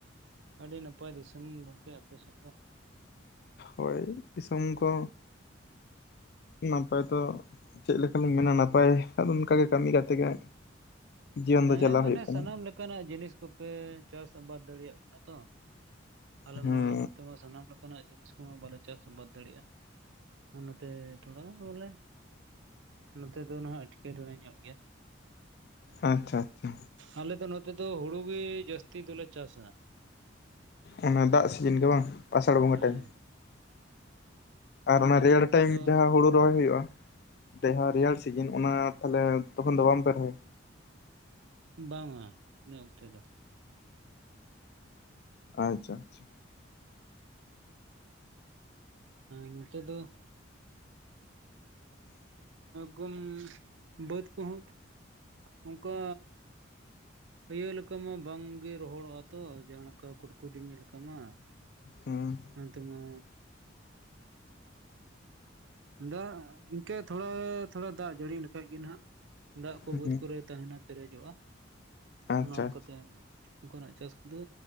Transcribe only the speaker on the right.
ᱟᱹᱰᱤ ᱱᱟᱯᱟᱭ ᱫᱤᱥᱚᱢ ᱜᱚᱝᱠᱮ ᱟᱯᱮ ᱥᱮᱫ ᱫᱚ
ᱦᱮᱸ
ᱢᱟᱱᱮ
ᱥᱟᱱᱟᱢ ᱞᱮᱠᱟᱱᱟᱜ ᱡᱤᱱᱤᱥ ᱠᱚᱯᱮ ᱪᱟᱥ ᱟᱵᱟᱫ ᱫᱟᱲᱮᱭᱟᱜ ᱠᱟᱱᱟ ᱛᱚ ᱟᱞᱮ
ᱢᱟ ᱛᱚ ᱥᱟᱱᱟᱢ ᱞᱮᱠᱟᱱᱟᱜ ᱡᱤᱱᱤᱥ ᱠᱚᱦᱚᱸ ᱵᱟᱞᱮ ᱪᱟᱥ ᱟᱵᱟᱫ ᱫᱟᱲᱮᱭᱟᱜᱼᱟ᱾ ᱱᱚᱛᱮ ᱛᱷᱚᱲᱟ ᱵᱚᱞᱮ ᱱᱚᱛᱮ ᱫᱚ ᱱᱟᱜ ᱮᱴᱠᱮᱴᱚᱬᱮ ᱧᱚᱜ ᱜᱮᱭᱟ᱾
ᱟᱞᱮ ᱫᱚ ᱱᱚᱛᱮ ᱫᱚ ᱦᱩᱲᱩ ᱜᱮ ᱡᱟᱹᱥᱛᱤ ᱫᱚᱞᱮ ᱪᱟᱥᱟ᱾
ᱦᱮᱸ
ᱛᱮᱜᱮ
ᱱᱚᱛᱮ
ᱫᱚ
ᱵᱟᱝᱟ ᱤᱱᱟᱹ ᱚᱠᱛᱮ ᱫᱚ᱾
ᱱᱚᱛᱮ ᱫᱚ ᱜᱚᱢ ᱵᱟᱹᱫᱽ ᱠᱩᱦᱚᱸ ᱚᱱᱠᱟ ᱤᱭᱟᱹ ᱞᱮᱠᱟ ᱢᱟ ᱵᱟᱝᱜᱮ ᱨᱚᱦᱚᱲᱚᱜ ᱟ ᱛᱚ ᱡᱟᱦᱟᱸ ᱞᱮᱠᱟ ᱠᱩᱴᱠᱩ ᱡᱚᱢᱤ ᱞᱮᱠᱟ ᱢᱟ,
ᱱᱚᱛᱮ ᱢᱟ ᱫᱟᱜ ᱤᱱᱠᱟᱹ ᱛᱷᱚᱲᱟ ᱛᱷᱚᱲᱟ ᱫᱟᱜ ᱡᱟᱹᱲᱤ ᱞᱮᱠᱟᱡ ᱜᱮ ᱱᱟᱜ, ᱫᱟᱜ ᱠᱚ
ᱵᱟᱹᱫᱽ ᱠᱚᱨᱮ ᱛᱟᱦᱮᱱᱟ ᱯᱮᱨᱮᱡᱚᱜᱼᱟ
ᱚᱱᱟ ᱞᱮᱠᱟᱛᱮ,
ᱚᱝᱠᱟ ᱱᱟᱜ ᱪᱟᱥ ᱠᱚᱫᱚ